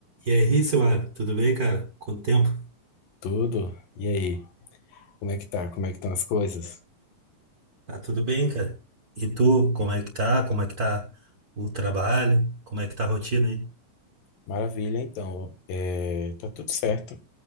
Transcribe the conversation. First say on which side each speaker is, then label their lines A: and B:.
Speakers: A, on the right (about 60°); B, on the left (about 85°).
A: E aí, Simar, tudo bem, cara? Quanto tempo?
B: Tudo? E aí? Como é que tá? Como é que estão as coisas?
A: Tá tudo bem, cara? E tu, como
B: É,
A: é que tá? Como é que tá o trabalho? Como é que tá a rotina aí?
B: Maravilha, então. É, tá tudo certo.